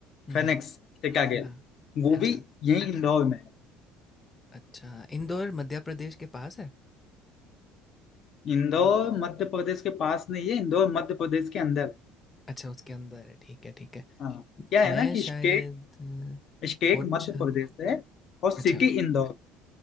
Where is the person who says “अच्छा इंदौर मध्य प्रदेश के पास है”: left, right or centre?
Left